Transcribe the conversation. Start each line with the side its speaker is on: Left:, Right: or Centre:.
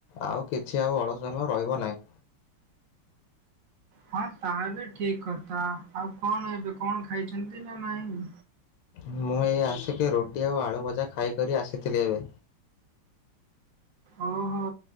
Left: ଆଉ କିଛି ଆଉ ଅଳସୁୟା ରହିବ ନାହିଁ।
Right: ହଁ ତାହାବି ଠିକ୍ କଥା ଆଉ କଣ ଏବେ କଣ ଖାଇଛନ୍ତିନା ନାହିଁ?
Left: ମୁଁ ଏଇ ଆସିକି ରୁଟି ଆଉ ଆଳୁ ଭଜା ଖାଇକରି ଆସିଥିଲି ଏବେ।
Right: ଓହୋ